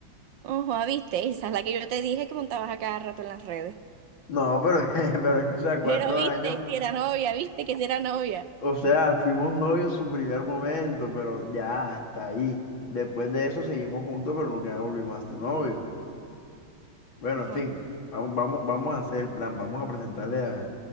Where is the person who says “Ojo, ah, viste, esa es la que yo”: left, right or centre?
Right